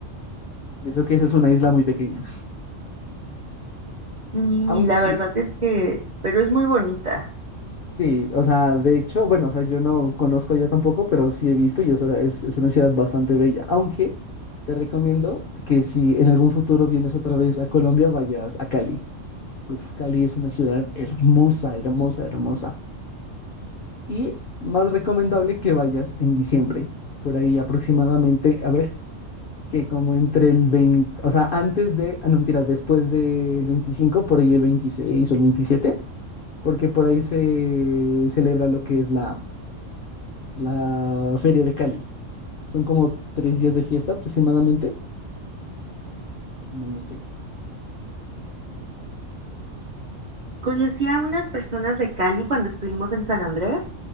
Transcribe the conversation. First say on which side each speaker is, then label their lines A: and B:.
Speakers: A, on the left; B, on the right.
A: y eso que esa es una isla muy pequeña.
B: Y
A: Aunque,
B: la verdad es que, pero es muy bonita.
A: sí, o sea, de hecho, bueno, o sea, yo no conozco allá tampoco, pero sí he visto y eso es, es una ciudad bastante bella. Aunque te recomiendo que si en algún futuro vienes otra vez a Colombia, vayas a Cali. Uf, Cali es una ciudad hermosa, hermosa, hermosa. Y más recomendable que vayas en diciembre, por ahí aproximadamente, a ver. que como entre el 20, o sea, antes de, ah, no mentira, después del 25 por ahí el 26 o el 27, porque por ahí se celebra lo que es la, la Feria de Cali. Son como tres días de fiesta aproximadamente, si mal no estoy.
B: Conocí a unas personas de Cali cuando estuvimos en San Andrés